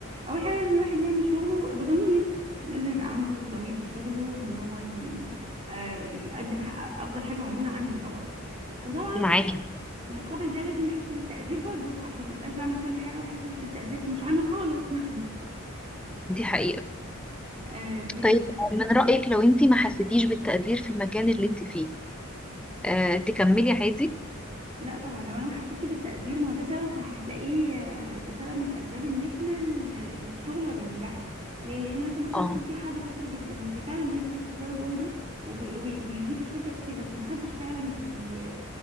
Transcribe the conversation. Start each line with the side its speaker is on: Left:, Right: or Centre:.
Right: اول حاجه لازم الواحد يعمل شغله بضمير لازم يبقى عنده ضمير في شغله ان هو ي... آه، يقدم ح- افضل حاجه موجوده عنده طبعا وطبعا
Centre: معاكي
Right: مقابل ده لازم يحس بالتقدير برضو عشان ما يبقاش بعمل كل حاجه وما يحسش بالتقدير فمش هعمل خالص <laughs>
Centre: دي حقيقة
Right: آه، دي
Centre: طيب
Right: ما
Centre: من رأيك لو انت ما حسيتيش بالتقدير في المكان اللي انت فيه آه، تكملي عادي
Right: لا طبعا لو انا ما حسيتش بالتقدير ما هو ده سبب هتلاقيه آه، ده سبب من الاسباب ان احنا ان إن الشغل ما بينجحش ليه لان مثلا ممكن
Centre: اه
Right: يكون في حد شاطر جدا وفي فعلا بيبذل قصارى جهده وبي- وبي- وبيضيف للشركه كتير بس ما حدش فعلا بي